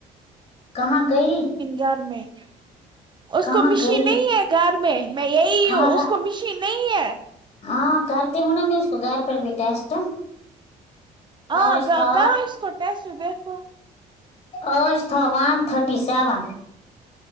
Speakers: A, on the left; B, on the right.
A: کہاں گئی
B: گھر میں اس
A: کہاں
B: کو مشین
A: گئی
B: نہیں ہے گھر میں میں یہی
A: ہاں
B: ہوں اس کو مشین نہیں ہے
A: ہاں کرتی ہوں نا میں اس کو گھر پر بھی ٹیسٹ
B: ہاں
A: آج
B: گا
A: تھا
B: کہا اس کو ٹیسٹ دیکھو
A: اج تھا ون تھرٹی سیون